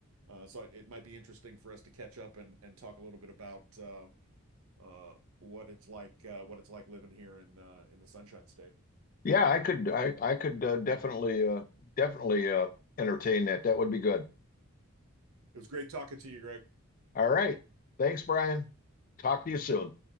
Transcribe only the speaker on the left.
Yeah, I could I I could uh, definitely uh definitely uh entertain that. That would be good.
All right. Thanks, Brian. Talk to you soon.